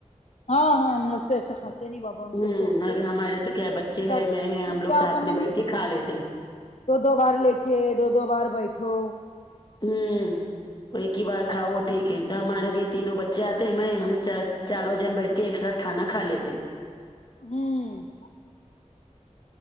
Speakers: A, on the left (about 65°); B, on the left (about 40°).
A: ہاں ہاں ہم لوگ تو ایسے کھاتے نہیں بابا ان
B: امم
A: کو چھوڑ کے
B: ابھی ہمارے تو کیا بچے
A: ایسا
B: ہے میں ہے
A: پھر
B: ہم لوگ
A: کیا ہوتا
B: ساتھ میں
A: معلوم
B: بیٹھ کے کہ کھا لیتے ہیں
A: دو دو بار لے کے دو دو بار بیٹھو
B: امم تو ایک ہی بار کھا وہ ٹھیک ہے تو ہمارے بھی تینوں بچے آتے ہے میں ہم چار چاروں جن بیٹھ کے ایک ساتھ کھانا کھا لیتے ہیں
A: امم